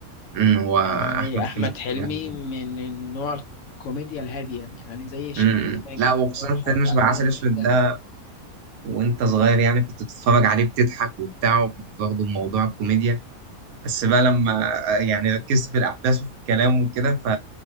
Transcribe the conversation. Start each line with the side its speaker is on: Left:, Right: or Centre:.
Right: أمم، هو
Left: يعني
Right: أحمد
Left: أحمد
Right: حلمي
Left: حلمي
Right: جامد جدا
Left: من النوع الكوميديا الهادية يعني يعني زي الشيخ
Right: أمم، إمم.
Left: ماجد
Right: لا وخصوصا
Left: هو الحرب
Right: فيلم
Left: العالمية
Right: شبه عسل أسود
Left: الثالثة
Right: ده وأنت صغير يعني كنت بتتفرج عليه بتضحك وبتاع وكنت واخده بموضوع الكوميديا بس بقى لما آه، يعني ركزت في الأحداث وفي الكلام وكده ف...